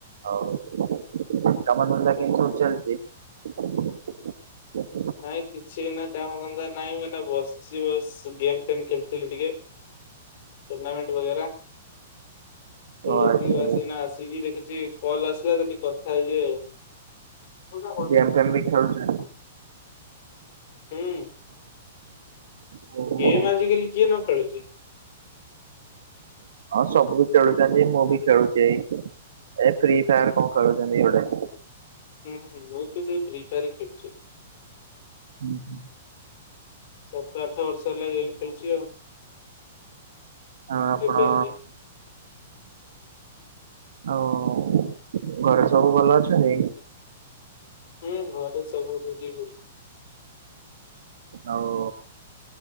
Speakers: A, on the right; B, on the left.
A: ହାଉ। କାମଧନ୍ଦା କେମିତି ସବୁ ଚାଲିଛି?
B: ନାଇଁ କିଛି ନା କାମ ଧନ୍ଦା ନାଇଁ ମୁଁ ନାବସଛି ବସ ଗେମ୍ ଫେମ୍ ଖେଳୁଥିଲି ଟିକେ। ଟୁର୍ନାମେଣ୍ଟ ବଗେରା ଖେଳୁଥିଲି
A: ଓ ଆଚ୍ଛା
B: ବସିକିନା ଆସିକି ଦେଖୁଛି କଲ୍ ଆସିଲା ତ ଟିକେ କଥା ହେଇଯିବି ଆଉ। ହୁଁ
A: ଗେମ୍ ଫେମ୍ ବି ଖେଳୁଛ?
B: ହୁଁ।
A: ଓହୋ।
B: ଗେମ ଆଜିିକାଲି କିଏ ନ ଖେଳୁଛି?
A: ହଁ ସବୁ ଖେଳୁଛନ୍ତି ମୁଁ ବି ଖେଳୁଛି। ଏ ଫ୍ରି ଫାୟାର କଣ ଖେଳୁଛନ୍ତି ଗୋଟେ।
B: ହୁଁ ହୁଁ ମୁଁ ତ ସେ ପ୍ରିପେୟାର ଖେଳୁଛି।
A: ହୁଁ ହୁଁ।
B: ସାତ ଆଠ ବର୍ଷ ହେଲା ହେଲାଣି ଖେଳୁଛି ଆଉ।
A: ଆଉ ଆପଣ
B: ଏବେ ନୁହେଁ
A: ଆଉ ଘରେ ସବୁ ଭଲ ଅଛନ୍ତି?
B: ହୁଁ ଘର ସବୁ <inaudible>
A: ଆଉ